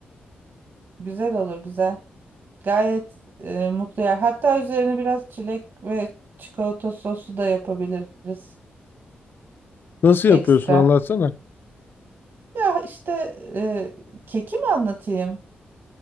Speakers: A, on the right; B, on the left.
A: Güzel olur, güzel. Gayet e, mutlu yer. Hatta üzerine biraz çilek ve çikolata sosu da yapabiliriz.
B: Nasıl yapıyorsun
A: Ekstra.
B: anlatsana.
A: Ya işte e, keki mi anlatayım?